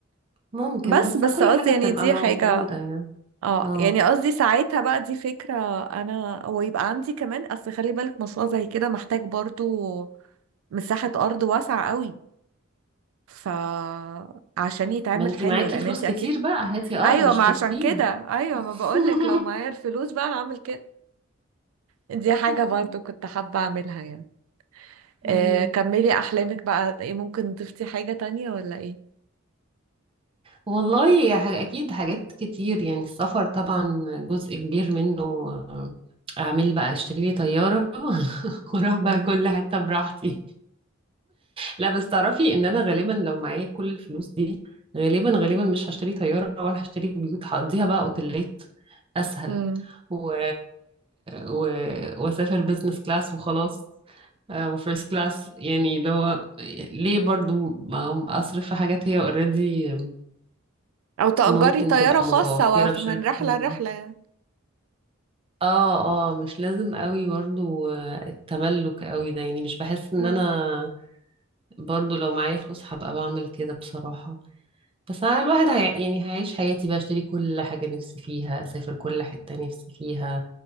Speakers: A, on the right; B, on the right.
A: ممكن
B: بس
A: بس
B: بس
A: كل
B: قصدي
A: حاجة
B: يعني
A: بتبقى
B: دي
A: موجودة
B: حاجة
A: يعني
B: اه
A: اه
B: يعني قصدي ساعتها بقى دي فكرة انا ويبقى عندي كمان اصل خلي بالك مشروع زي كده محتاج برضو مساحة أرض واسعة قوي فعشان يتعمل
A: ما انتي
B: حلو
A: معاكي
B: لأن
A: فلوس
B: أنت
A: كتير
B: أكيد
A: بقى هاتي أرض
B: أيوة
A: اشتريها
B: ما عشان كده أيوة
A: <laughs>
B: ما بقولك لو معايا الفلوس بقى هعمل كده دي حاجة
A: آه،
B: برضو كنت حابة أعملها يعني
A: أيوه
B: آه، كملي أحلامك بقى إيه ممكن ضفتي حاجة تانية ولا إيه؟
A: والله يا ح- أكيد حاجات كتير يعني السفر طبعا جزء كبير منه آه، أعمل بقى أشتري لي طيارة <laughs> وأروح بقى
B: مم.
A: كل حتة براحتي لا بس تعرفي إن أنا غالبا لو معايا كل الفلوس دي غالبا غالبا مش هشتري طيارة ولا هشتري بيوت هقضيها بقى أوتيلات أسهل
B: مم.
A: و... و... وأسافر بزنس كلاس وخلاص آه، وفيرست كلاس يعني اللي هو ليه برضو ما أصرف في حاجات هي اوريدي
B: أو تأجري
A: ممكن
B: طيارة
A: تبقى
B: خاصة
A: متوفرة
B: وف-
A: بشكل
B: من رحلة
A: م-
B: لرحلة يعني
A: اه اه مش لازم قوي برضو آه، التملك قوي ده يعني مش بحس ان
B: مم.
A: انا برضو لو معايا فلوس هبقى بعمل كده بصراحة بس أنا الواحد هي... يعني هيعيش حياتي بقى اشتري كل حاجة نفسي فيها اسافر كل حتة نفسي فيها